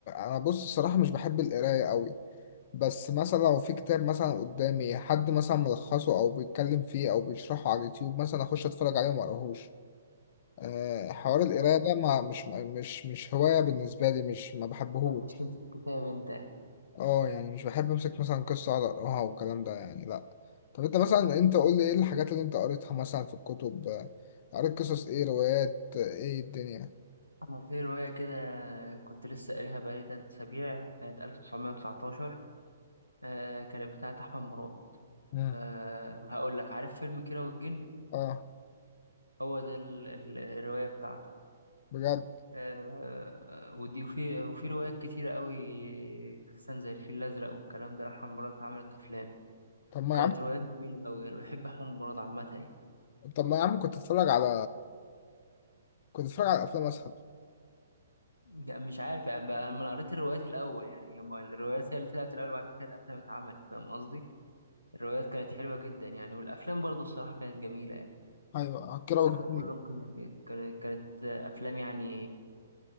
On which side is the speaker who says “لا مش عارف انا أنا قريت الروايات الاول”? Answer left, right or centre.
Left